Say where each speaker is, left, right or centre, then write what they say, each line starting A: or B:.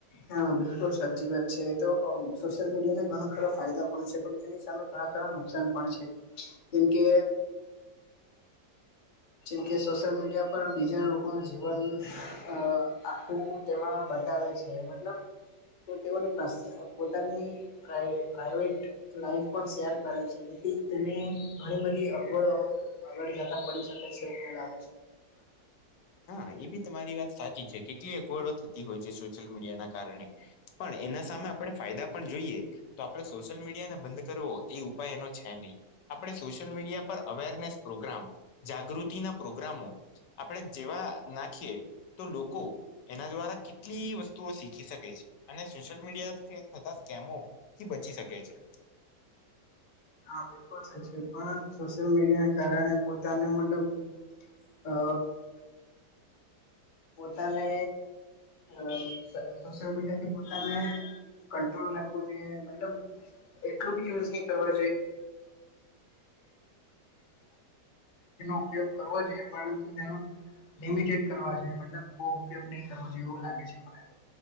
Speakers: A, on the left; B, on the left.
A: હા બિલકુલ સાચી વાત છે તો સોશિયલ મીડિયાને ઘણા ખરા ફાયદા પણ છે પણ તેની સામે ઘણા ખરા નુકસાન પણ છે જેમ કે
B: <inaudible>
A: જેમકે સોશિયલ મીડિયા પર બીજા લોકોનું જીવન અ આખું તેમાં બતાવે છે મતલબ તો તેઓને પર્સ પોતાની પ્રાઈ પ્રાઈવેટ લાઈફ પણ શેર કરે છે. <inaudible> તમે ઘણી બધી અગવડો આગળ જતા પડી શકે. છે <unintelligible>
B: હા એ બી તમારી વાત સાચી છે કેટલી અગવડો થતી હોય છે સોશિયલ મીડિયા ના કારણે પણ એના સામે આપણે ફાયદા પણ જોઈએ તો આપણે સોશિયલ મીડિયાને બંધ કરવો એ ઉપાય એનો છે નહી આપણે સોશિયલ મીડિયા પર અવેરને પ્રોગ્રામ જાગૃતિ ના પ્રોગ્રામો આપણે જેવા નાખીએ તો લોકો એના દ્વારા કેટલી વસ્તુઓ શીખી શકે છે અને સોશિયલ મીડિયાથી થતા કેમો થી બચી શકે છે.
A: હા <unintelligible> સાચી વાત પણ સોશિયલ મીડિયાના કારણે પોતાને મતલબ. અ. પોતાને અ સોશયલ મીડિયાથી પોતાને કંટ્રોલ રાખવો જોઈએ મતલબ એટલું બી યુઝ ની કરવા ઉપયોગ કરવો જોઈએ પરંતુ તેનો લીમિટેડ કરવા જોઈએ. મતલબ બો ઉપયોગ નહી કરવો જોઈએ એવું લાગે છે મને તો.